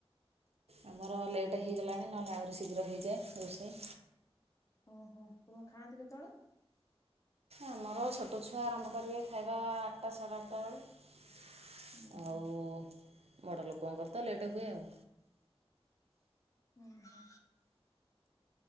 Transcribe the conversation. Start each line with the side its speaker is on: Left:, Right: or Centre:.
Right: ଆମର ଲେଟ୍ ହେଇଗଲାଣି ନହେଲେ ଆହୁରି ଶୀଘ୍ର ହେଇଯାଏ ରୋଷେଇ
Left: ଓହୋ ତମର ଖାଆନ୍ତି କେତେବେଳେ?
Right: ଆମର ଛୋଟ ଛୁଆ ଆରମ୍ଭ କରିବେ ଖାଇବା ଆଠଟା ସାଢ଼େ ଆଠଟା ବେଳେ
Left: ହୁଁ ହୁଁ
Right: ଆଉ। ବଡ଼ ଲୋକଙ୍କର ତ ଲେଟ୍ ହୁଏ ଆଉ।
Left: ଓ ହୋ।